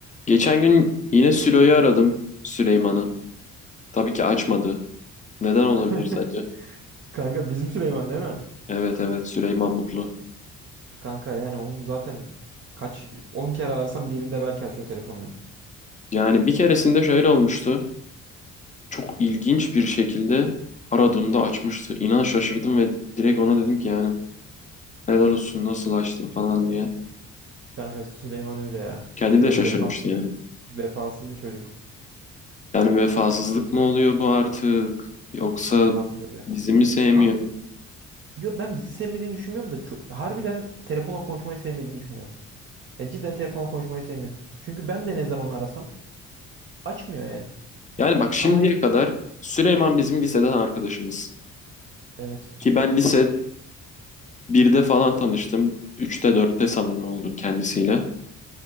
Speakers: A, on the left; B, on the right.
A: Geçen gün yine Sülo'yu aradım Süleyman'ı. Tabii ki açmadı. Neden olabilir
B: <laughs>
A: sence?
B: Kanka bizim Süleyman değil mi?
A: Evet evet Süleyman Mutlu.
B: Kanka yani onu zaten kaç 10 kere arasan birinde belki açıyor telefonunu.
A: Yani bir keresinde şöyle olmuştu. Çok ilginç bir şekilde aradığımda açmıştı. İnan şaşırdım ve direkt ona dedim ki yani helal olsun nasıl açtın falan diye.
B: Kanka Süleyman öyle ya.
A: Kendi
B: Biraz
A: de şaşırmıştı
B: vefasız,
A: yani.
B: vefasız bir çocuk.
A: Yani vefasızlık mı oluyor bu artık? Yoksa
B: Vefasızdır vefa.
A: bizi mi sevmiyor?
B: Kanka ya ben bizi sevmediğini düşünmüyorum da ço- harbiden telefonla konuşmayı sevmediğini düşünüyorum. Ya cidden telefonla konuşmayı sevmiyor. Çünkü ben de ne zaman arasam Açmıyor yani.
A: Yani bak şimdiye
B: Ama y-
A: kadar Süleyman bizim liseden arkadaşımız.
B: evet.
A: Ki ben lise Birde falan tanıştım. Üçte dörtte samimi oldum kendisiyle.